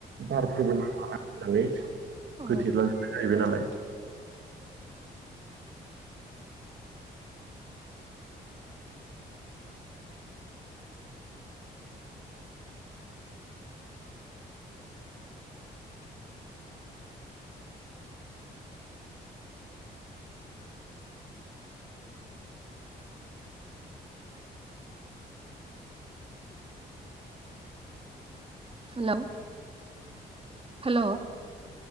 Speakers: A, on the right; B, on the right.
A: बारफोरबो नांला ना मोजाङै होथेला
B: अ
A: जोबनाय जाहैबाय नालाय
B: हेलौ हेलौ